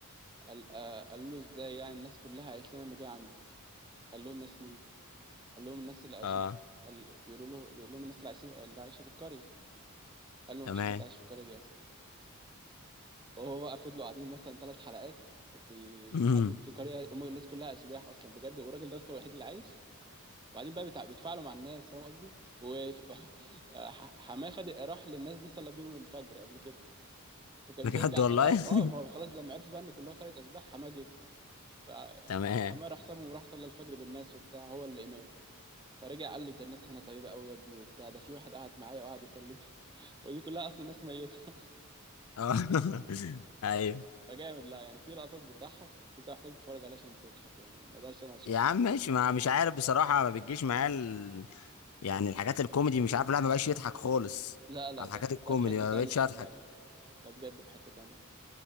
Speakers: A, on the right (about 20°); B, on the left (about 75°).
A: قال- آه، قالوا له ازاي يعني الناس كلها قالت لنا انه جاي عندك قال لهم ناس مين قال لهم الناس اللي عايشين
B: اه
A: في قال... بيقولوا له بيقول لهم الناس اللي عايشين اللي عايشه في القريه قال له
B: تمام
A: مفيش حد عايش في القريه دي اصلا وهو بقى فضلوا قاعدين مثلا ثلاث حلقات بي...
B: امم
A: قاعدين في قريه هم الناس كلها اشباح اصلا بجد والراجل ده بس هو الوحيد اللي عايش وبعدين بقى بتع... بيتفاعلوا مع الناس فاهم قصدي و <laughs> ح- حماه خد راح للناس دي صلى بيهم الفجر قبل كده فكان
B: بجد
A: بيرجع
B: والله
A: بقى اه
B: <laughs>
A: اه ما هو خلاص لما عرفوا بقى ان كلها قريه اشباح حماه جه فحمار
B: تمام
A: حسابهم وراح صلى الفجر بالناس وبتاع هو اللي امام فرجع قال له ده الناس هنا طيبه قوي يا ابني وبتاع ده في واحد قعد معايا وقعد يكلمني <laughs> ودي كلها اصلا ناس ميته <laughs>
B: اه <laughs> ايوه
A: فجامد لا يعني في لقطات بتضحك بس انت محتاج تتفرج عليها عشان تضحك يعني ما اقدرش انا اشرحه
B: يا عم
A: لك
B: ماشي ما مش عارف بصراحة ما بتجيش معايا ال... يعني الحاجات الكوميدي مش عارف لا ما بقاش يضحك خالص
A: لا لا
B: على
A: ده
B: الحاجات
A: في
B: الكوميدي
A: ده في حته
B: ما
A: تانية
B: بقتش
A: صدقني
B: اضحك
A: ده بجد في حته تانية